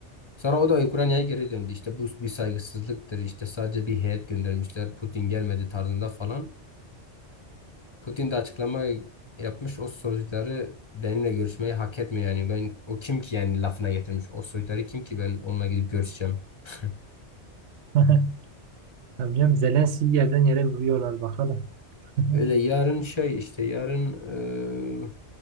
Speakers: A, on the left; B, on the right.
A: Sonra o da Ukrayna'ya geri döndü. İşte bu bir saygısızlıktır. İşte sadece bir heyet göndermişler. Putin gelmedi tarzında falan. Putin de açıklama yapmış. O soytarı benimle görüşmeyi hak etmiyor yani. Ben o kim ki yani lafına getirmiş. O soytarı kim ki ben onunla gidip görüşeceğim. <laughs>
B: <laughs> Ya Biliyorum Zelenski'yi yerden yere vuruyorlar bakalım. <laughs>
A: Öyle yarın şey işte yarın eee,